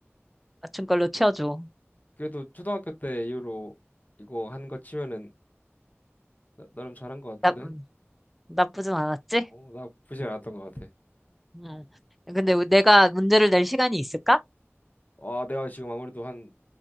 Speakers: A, in the centre; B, on the left.
A: 맞춘 걸로 치워줘.
B: 그래도 초등학교 때 이후로 이거 한 거 치면은 나, 름 잘한 거 같은데.
A: 나, 음, 나쁘진 않았지?
B: 어, 나 부진 않았던 거 같아.
A: 음. 근데 내가 문제를 낼 시간이 있을까?
B: 아, 내가 지금 아무래도 한